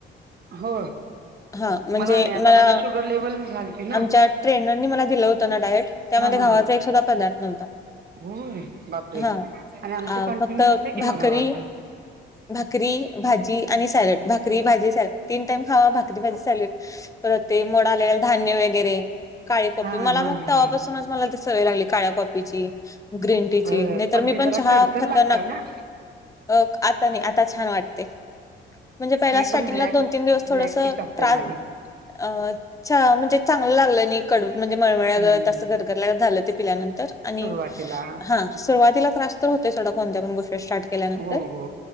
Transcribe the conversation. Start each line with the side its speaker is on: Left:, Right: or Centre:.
Right: हो
Left: हा म्हणजे
Right: नाही आता
Left: मला
Right: माझी शुगर लेवल झालती ना
Left: आमच्या ट्रेनरनी मला दिलं होतं ना डायट त्यामध्ये
Right: हा हा
Left: गव्हाचा
Right: हा
Left: एक सुद्धा पदार्थ नव्हता
Right: होय बापरे
Left: हा
Right: आणि आमचं
Left: अ
Right: कंटिन्यू
Left: फक्त
Right: असतय की
Left: भाकरी
Right: मग गव्हाच
Left: भाकरी भाजी आणि सॅलड भाकरी भाजी सॅलड तीन टाईम खावा भाकरी भाजी सॅलड परत ते मोडआलेले धान्य वगैरे काळी कॉफी
Right: हा
Left: मला
Right: हा
Left: मग
Right: हा
Left: तवापासून मला ती सवय लागली काळ्या कॉपीची ग्रीन
Right: हो
Left: टी ची नाहीतर मी
Right: ती
Left: पण
Right: जरा
Left: चहा
Right: कडसर
Left: खतरनाक
Right: लागते ना
Left: अ आता नाही आता छान वाटते म्हणजे पहिला
Right: मी
Left: स्टार्टिंगला
Right: पण ब्लॅक
Left: दोन तीन दिवस थोडसं
Right: ब्लॅक टीच असते
Left: त्रास
Right: माझी
Left: अ च म्हणजे चांगल लागलं नाही कडू म्हणजे मळमळमळ्यागत
Right: हम्म
Left: असं करत फिरल्यागत झाल ते पिल्यानंतर आणि
Right: सुरुवातीला
Left: हा सुरुवातीला त्रास तर होते सोडा कोणत्या पण गोष्टी ते स्टार्ट केल्यानंतर
Right: हो हो